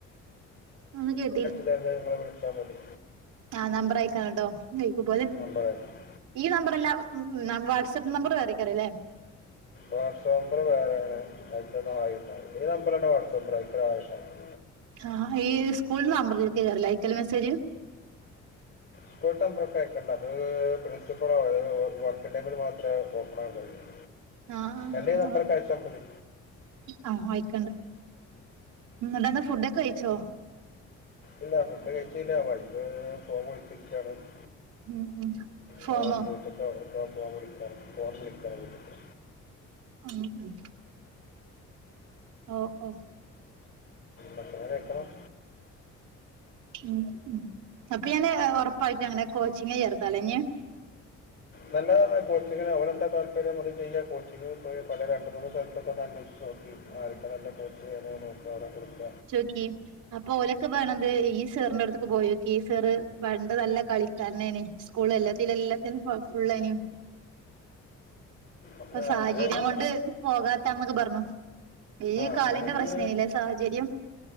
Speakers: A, on the right (about 85°); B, on the left (about 45°).
A: ഒന്ന് കേട്ടീല
B: <unintelligible> ങ്ങളെ വിളിച്ചാ മതി
A: ആഹ് നമ്പർ അയക്കണട്ടോ വെക്കുമ്പോലേ
B: നമ്പർ അയച്ചു
A: ഈ നമ്പറെല്ല വാട്സപ്പ് നമ്പർ വേറെഅയ്കാരംലേ
B: വാട്സാപ്പ് മ്പർ വേറെണ് അയ്കൊന്ന് ഹായ് വിട്ടാ മതി <unintelligible>
A: ആഹ് ഈ സ്കൂൾ നമ്പറില്ക്ക് ഐകാരം ലേ ഐകൽ മെസ്സേജ്
B: സ്കൂള്‌ത്ത നമ്പർക്ക് ആയക്കണ്ട അത് പ്രി ഇപ്പോ വർക്ക്ണ്ടങ്കിൽ മാത്രമേ നോക്ക് ണേ ഒള്ളു
A: ആഹ്
B: എന്റെ ഈ നമ്പറ്ക്ക് അയച്ചാ മതി
A: ആഹ് വായിക്കണ്ട് എന്ന്ട്ടെന്താ ഫുഡൊക്കെ കഴിച്ചോ
B: ഇല്ല ഫുഡ് കഴിച്ചില്ല വൈഫ് ഫോൺ വിളിച്ചിക്കാണ് <unintelligible>
A: ഉം ഉം ഫോമോ
B: <unintelligible> എവ്ട് ക്കോ ഫോ വിളിക്കാണ് ഫോൺ വിളിക്കാൺ വീട്ട്ക്ക്
A: ഉം ഉം ഓ ഓ
B: ഭക്ഷണം കഴിക്കണം
A: ഉം, ഉം അപ്പൊ ഞാന് ഉറപ്പായിട്ടങ്ങനെ കോച്ചിങിന് ചേർത്താലഞ്ഞ്
B: നല്ലതാണ് കോച്ചിങ്ങ് ഓരെന്താ താല്പര്യം അത് ചെയ്യുക കോച്ചിങ്ങ് പോയ പല രണ്ട് മൂന്ന് സ്ഥലത്തൊക്കെ ഒന്നന്വേഷിച്ചു നോക്ക മ് ആദ്യത്തെ നല്ല കോച്ച് ചെയ്യണെ നോക്ക അവിടെ കൊടുക്ക
A: ക്കേ അപ്പൊ ഓലൊക്കെ പർണത് ഈ സേറിന്റെ അടുത്തേക്ക് പോയോക്കി ഈ സെറ് പണ്ട് നല്ല കളിക്കാരനെയിനി സ്കൂൾ എല്ലാത്തിനും എല്ലാത്തിനും ഫു ഫുള്ളേനി
B: ഒക്കെ
A: ഇപ്പൊ സാഹചര്യം
B: അങ്ങനെ
A: കൊണ്ട് പോകാത്താന്നൊക്കെ പറഞ്ഞു ഈ
B: അങ്ങനെ
A: കാലിന്റെ
B: നിങ്ങൾ
A: പ്രശ്നേയിലെ സാഹചര്യം,